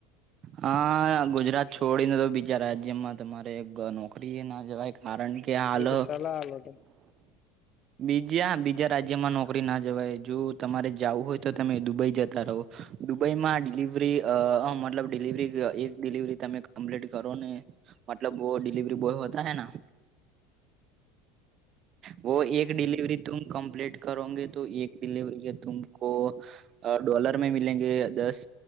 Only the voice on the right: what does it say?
હા ગુજરાત છોડીને તો બીજા રાજ્યમાં તમારે નોકરી ના જવાય કારણ કે હાલ
બીજા બીજા રાજ્યમાં નોકરી ના જવાય જો તમારે જવું હોય તો તમે દુબઈ જતા રહો દુબઈમાં ડિલિવરી અ મતલબ ડિલિવરી એક ડિલિવરી તમે કમ્પ્લીટ કરો ને મતલબ વ ડિલીવરી બોય હોતા હૈ ના વ એક ડિલીવરી તુમ કમ્પ્લીટ કરોગે તો એક ડિલીવરી કે તુમ કો ડોલર મે મલગે દસ